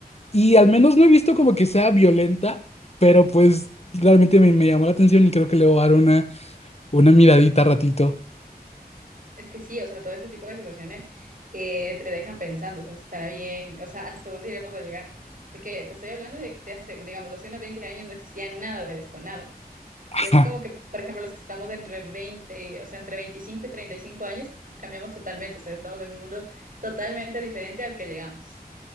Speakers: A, on the left; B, on the right.
A: y al menos no he visto como que sea violenta, pero pues realmente me, me llamó la atención y creo que le voy a dar una, una miradita ratito.
B: Es que sí, o sea, todo ese tipo de situaciones que te dejan pensando, o sea, estará bien, o sea, hasta dónde iremos a llegar. Porque te estoy hablando de, de hace, digamos, hace unos 20 años no existía nada de esto, nada.
A: Ajá,
B: Y es como que, por ejemplo, los que estamos entre 20 o sea, entre 25 y 35 años, cambiamos totalmente, o sea, estamos en un mundo totalmente diferente al que llegamos.